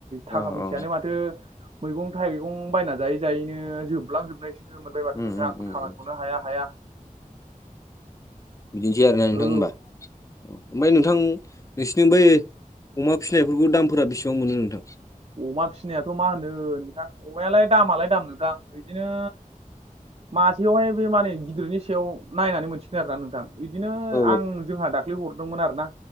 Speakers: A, on the right; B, on the left.
A: थाखा
B: अ
A: फैसायानो
B: अ
A: माथो मैगं-थाइगं बायना जायै जायैनो जोबलांजोब <unintelligible>
B: उम
A: <unintelligible> नोंथां
B: उम उम
A: खामायख'नो
B: उम
A: हाया हाया।
B: बिदिनोसै आरोना नोंथां
A: औ
B: होमबा। औ ओमफ्राय नोंथां नोंसिोरनि बै अमा फिसिनायफोरखौ दामफोरा बेसेबां मोनो नोंथां?
A: अमा फिनायाथ‌ मा होनो नोंथां अमायालाय दामालाय दाम नोंथां। बिदिनो मासेयावहाय बे माने गिदिरनि सायाव नायनानै मोनसिगोन आरोना नोंथां। बिदिनो
B: अ
A: आं जोंहा दाख्लै हरदोंमोन आरो ना।